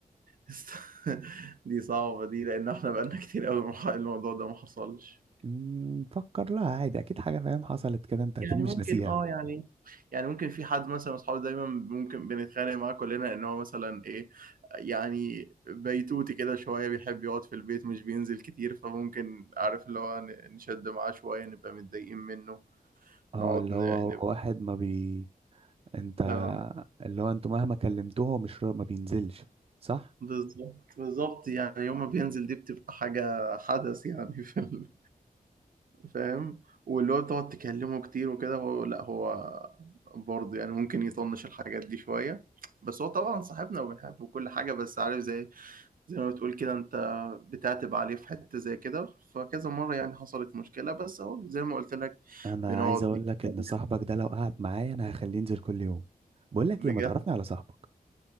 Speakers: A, on the right; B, on the right.
A: <laughs> دي صعبة دي لأن احنا بقالنا كتير قوي الموضوع ده ما حصلش
B: مم، فكر لها عادي اكيد حاجة فاهم حصلت كده انت اكيد
A: يعني
B: مش
A: ممكن
B: ناسيها
A: اه يعني يعني ممكن في حد مثلا من اصحابي دايما ممكن بنتخانق معاه كلنا ان هو مثلا ايه يعني بيتوتي كده شويه بيحب يقعد في البيت مش بينزل كتير فممكن عارف اللي هو ن- نشد معاه شويه نبقى متضايقين منه
B: اه
A: نقعد
B: اللي
A: ن-
B: هو هو
A: نبقى
B: واحد ما بي انت
A: اه
B: اللي هو انتوا مهما كلمتوه هو مش را- ما بينزلش صح
A: بالظبط بالظبط يعني يوم ما بينزل دي بتبقى حاجه حدث يعني <laughs> في ال... فاهم واللي هو تقعد تكلمه كتير وكده هو لا هو برضه يعني ممكن يطنش الحاجات دي شويه بس هو طبعا صاحبنا وبنحبه وكل حاجه بس عارف زي زي ما بتقول كده انت بتعتب عليه في حتة زي كده فكذا مرة يعني حصلت مشكلة بس اهو زي ما قلت لك
B: انا
A: بنقعد
B: عايز اقول
A: نتكلم
B: لك ان صاحبك ده لو قعد معايا انا هخليه ينزل كل يوم بقول لك
A: بجد
B: ايه ما تعرفني على صاحبك